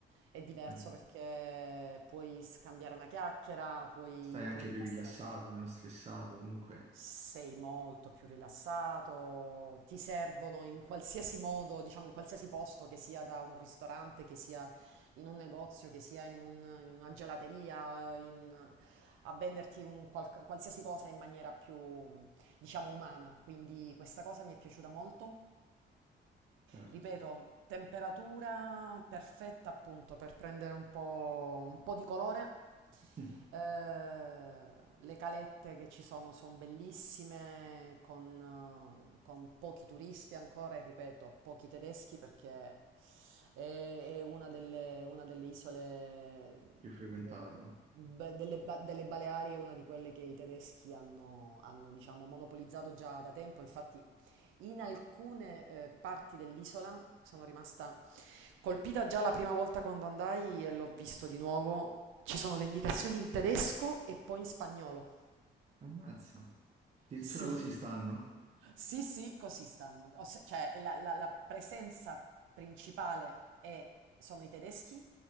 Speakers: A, on the right; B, on the right.
A: è diverso
B: Eh,
A: perché puoi scambiare una chiacchiera, puoi,
B: Stai anche
A: puoi
B: più
A: passare
B: rilassato, meno stressato, comunque,
A: sei molto più rilassato, ti servono in qualsiasi modo, diciamo in qualsiasi posto, che sia da un ristorante, che sia in un negozio, che sia in, un- in una gelateria, in- a venderti un qualc- qualsiasi cosa in maniera più, diciamo, umana. Quindi questa cosa mi è piaciuta molto.
B: certo.
A: Ripeto, temperatura perfetta appunto per prendere un po', un po' di colore.
B: <laughs>
A: Eh, le calette che ci sono sono bellissime, con, eh, con pochi turisti ancora e ripeto, pochi tedeschi perché è, è una delle, una delle isole
B: Più frequentate,
A: de-
B: no?
A: be- delle, ba- delle Baleari, è una di quelle che i tedeschi hanno, hanno, diciamo, monopolizzato già da tempo. Infatti in alcune eh, parti dell'isola sono rimasta colpita già la prima volta quando andai e l'ho visto di nuovo. Ci sono le indicazioni in tedesco e poi in spagnolo.
B: Ammazza. Addirittura
A: Sì.
B: così stanno?
A: Sì, sì, così stanno. O se- cioè, la, la- la presenza principale è- sono i tedeschi